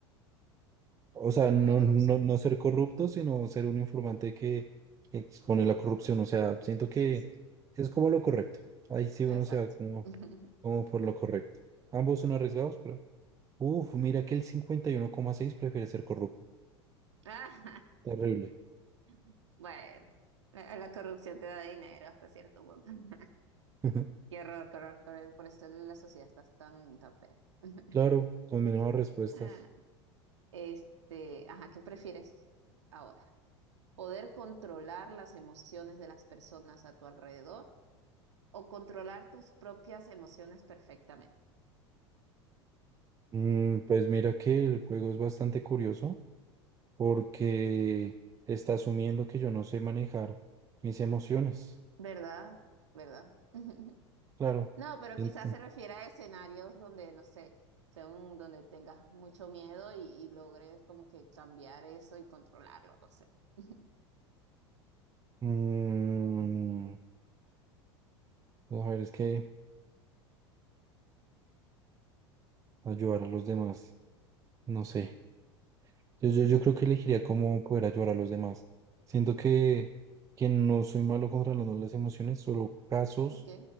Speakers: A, on the right; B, on the right.
A: O sea,
B: que
A: no,
B: no haya corrupción.
A: no, no ser corrupto, sino ser un informante que expone la corrupción. O sea, siento que
B: Sí, sí,
A: es como lo correcto. Ahí sí uno
B: exacto.
A: se va como,
B: <laughs>
A: como por lo correcto. Ambos son arriesgados, pero... Uf, mira que el cincuenta y uno coma seis prefiere ser corrupto.
B: Ah,
A: Terrible.
B: <laughs> Bueno, la, la corrupción te da dinero hasta cierto punto. <laughs>
A: <laughs>
B: Qué horror, qué horror, qué horror. Por eso la sociedad está tan, tan fea. <laughs>
A: Claro, con menos respuestas.
B: Ah, Este, ajá, ¿qué prefieres ahora? ¿Poder controlar las emociones de las personas a tu alrededor o controlar tus propias emociones perfectamente?
A: Mm, pues mira que el juego es bastante curioso porque está asumiendo que yo no sé manejar mis emociones.
B: ¿Verdad? ¿Verdad? <laughs>
A: Claro.
B: No, pero
A: Ento-
B: quizás se refiere a escenarios donde, no sé, sea un- donde tengas mucho miedo y, y logres como que cambiar eso y controlarlo, no sé. <laughs>
A: Mm, Mujer, es que ayudar a los demás, no sé. Yo, yo, yo creo que elegiría cómo poder ayudar a los demás. Siento que, que no soy malo controlando las emociones, solo casos
B: Ok,